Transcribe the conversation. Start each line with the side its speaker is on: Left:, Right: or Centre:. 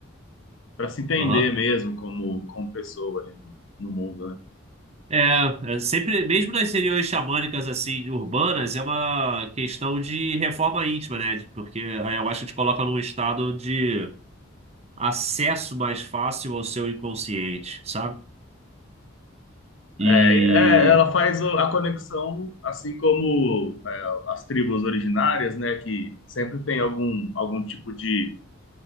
Left: para se entender
Right: Aham.
Left: mesmo como, como pessoa ali no, no mundo, né?
Right: É, é sempre, mesmo nas regiões xamânicas assim, urbanas, é uma questão de reforma íntima, né? Porque a ayahuasca te coloca num estado de acesso mais fácil ao seu inconsciente, sabe? E
Left: É, é, ela faz o- a conexão, assim como é, as tribos originárias, né? Que sempre tem algum, algum tipo de,